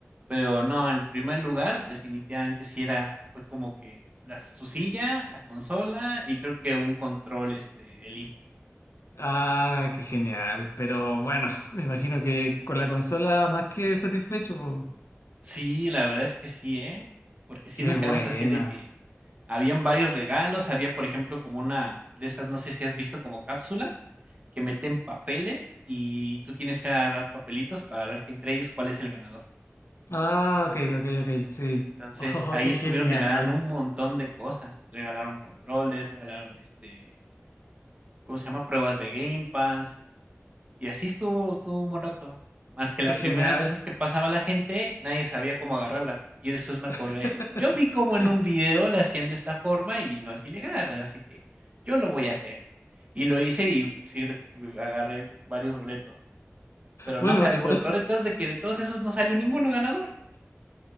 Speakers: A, on the right (about 30°); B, on the left (about 80°).
A: pero no, el primer lugar definitivamente sí era, fue como que la, su silla, la consola y creo que un control este Elite.
B: Ah, qué genial. Pero bueno, me imagino que con la consola más que satisfecho, po.
A: Sí, la verdad es que sí, ¿eh? Porque sí
B: Qué
A: nos
B: buena.
A: quedamos así de que habían varios regalos, había por ejemplo como una de esas, no sé si has visto como cápsulas que meten papeles y tú tienes que agarrar papelitos para ver que entre ellos cuál es el ganador.
B: Ah, ok, ok, ok, sí.
A: Entonces,
B: Oh,
A: ahí
B: qué
A: estuvieron,
B: genial.
A: regalaron un montón de cosas. Regalaron controles, regalaron este, ¿cómo se llama? Pruebas de Game Pass. Y así estuvo, estuvo un buen rato. Más que las
B: Qué
A: primeras
B: genial.
A: veces que pasaba la gente, nadie sabía cómo agarrarlas. Y después me acordé.
B: <laughs>
A: Yo vi como en un video la hacían de esta forma y no es ilegal, así que yo lo voy a hacer. Y lo hice y sí, agarré varios boletos. Pero
B: Bueno,
A: no sal-
B: igual,
A: lo peor de todo es de que de todos esos no salió ninguno ganador.